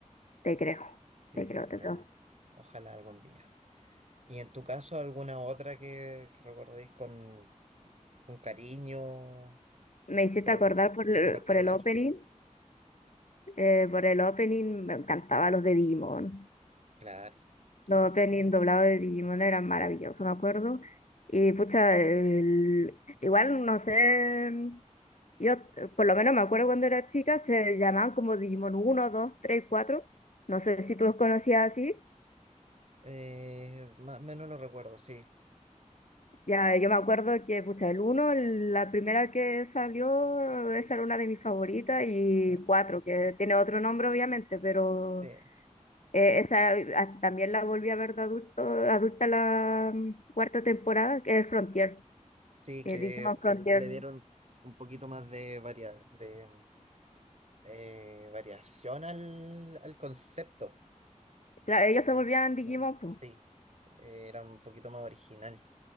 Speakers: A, on the left; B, on the right.
A: Te creo,
B: sí,
A: te creo,
B: pero
A: te creo.
B: ojalá algún día. ¿Y en tu caso alguna otra que, que recordéis con, con cariño
A: Me hiciste
B: por
A: acordar
B: algún
A: por el,
B: en particular?
A: por el opening, eh, por el opening me encantaban los de Digimon.
B: Claro, claro.
A: Los openings doblados de Digimon eran maravillosos, me acuerdo. Y pucha, el- igual no sé, yo eh, por lo menos me acuerdo cuando era chica, se llamaban como Digimon uno 2 3 cuatro No sé si tú los conocías así.
B: Eh, más o menos lo recuerdo, sí,
A: Ya, yo me acuerdo que, pucha, el uno la primera que salió, esa era una de mis favoritas, y
B: claro.
A: 4 que tiene otro nombre obviamente, pero
B: Sí,
A: eh, esa eh, ah, también la volví a ver de adulto, adulta la mm, cuarta temporada, que es Frontier.
B: sí, que
A: eh, Digimon Frontier.
B: le dieron un poquito más de, varia, de eh, variación al, al concepto.
A: Claro, ellos
B: Como-
A: se volvían Digimon,
B: como- Sí,
A: pues.
B: era un poquito más original.